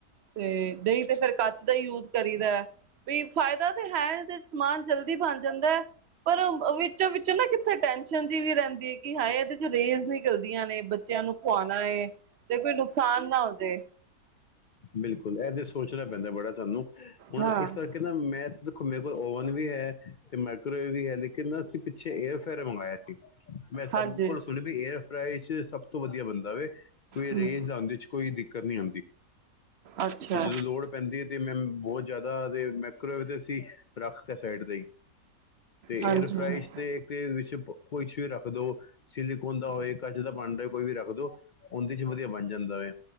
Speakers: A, on the right; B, on the left.
A: ਤੇ ਨਹੀਂ ਤੇ ਫੇਰ ਕੱਚ ਦਾ ਹੀ ਯੂਜ਼ ਕਰੀਦਾ। ਵੀ ਫਾਇਦਾ ਤੇ ਹੈ, ਏਦੇ ਚ ਸਮਾਨ ਜਲਦੀ ਬਨ ਜਾਂਦਾ। ਪਰ ਅ ਵਿੱਚੋ ਵਿੱਚੋ ਨਾ ਕਿੱਥੇ ਟੈਨਸ਼ਨ ਜੀ ਵੀ ਰਹਿੰਦੀ, ਕਿ ਹਾਏ ਏਦੇ ਚ ਰੇਜ਼ ਨਿਕਲਦੀਆਂ ਨੇ, ਬੱਚਿਆਂ ਨੂੰ ਖਵਾਉਣਾ ਏ, ਤੇ ਕੋਈ ਨੁਕਸਾਨ ਨਾ ਹੋ ਜੇ।
B: ਬਿਲਕੁੱਲ, ਇਹ ਤੇ ਸੋਚਣਾ ਪੈਂਦਾ ਬੜਾ ਸਾਨੂੰ ਹੁਣ
A: ਹਾਂ
B: ਇਸ ਤਰਾਂ ਕਹਿਣਾ, ਮੈਂ ਤਾਂ ਦੇਖੋ ਮੇਰੇ ਕੋਲ ਓਵਨ ਵੀ ਹੈ ਤੇ ਮਾਈਕਰੋਵੇਵ ਵੀ ਹੈ, ਲੇਕਿਨ ਅਸੀਂ ਪਿੱਛੇ ਏਅਰ ਫਰਾਈਰ ਮੰਗਾਇਆ ਸੀ। ਮੈਂ ਸਭ
A: ਹਾਂਜੀ
B: ਕੋਲ ਸੁਣ ਲ ਵੀ ਏਅਰ ਫਰਾਈ ਚੱ ਸਭ ਤੋਂ ਵਧੀਆ ਬਣਦਾ ਵੇ। ਕੋਈ
A: ਹਮ
B: ਰੇਜ਼ ਆਉਂਦੇ ਚ ਕੋਈ ਦਿੱਕਤ ਨਹੀਂ ਆਉਂਦੀ,
A: ਅੱਛਾ
B: ਤੇ ਜਦੋਂ ਲੋੜ ਪੈਂਦੀ ਹੈ ਤੇ ਮੈਂ ਬਹੁਤ ਜ਼ਿਆਦਾ ਦੇ ਮਾਈਕਰੋਵੇਵ ਤੇ ਅਸੀਂ ਰੱਖਤਾ ਸਾਈਡ ਤੇ ਹੀ। ਤੇ
A: ਹਾਂਜੀ
B: ਏਅਰ ਫਰਾਈਜ਼ ਚ ਤੇ ਵਿੱਚ ਕੁੱਛ ਵੀ ਰੱਖਦੋ, ਸਿਲੀਕੋਨ ਦਾ ਹੋਏ, ਕੱਚ ਦਾ ਭਾਂਡਾ, ਕੋਈ ਵੀ ਰੱਖਦੋ। ਓੰਦੇ ਚ ਵਧੀਆ ਬਣ ਜਾਂਦਾ ਹੈ,